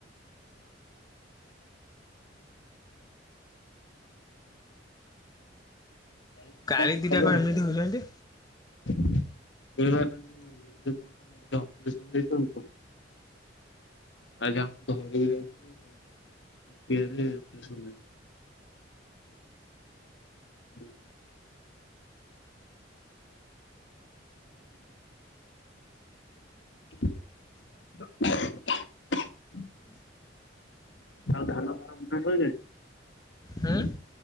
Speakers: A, on the left; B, on the left.
A: ଆଉ
B: କାଳି
A: କଣ
B: ଦିଟା
A: ଖବର।
B: ଏମିତି ହଉଛନ୍ତି
A: ସେ ତାଙ୍କୁ ଯୋଉ କଣ କହିଲେ ଆଜି ଅପରେସନ ଦେଇଛନ୍ତି ତ ଆଜି ଆମ ଘରକୁ ଯାଇଥିଲି <unintelligible> ଅପରେସନ ହେଇଛନ୍ତି। ହୁଁ। <unintelligible> ଆଉ ଧାନ ଫାନ ବୁଣା ସଇଲାଣି।
B: ହୁଁ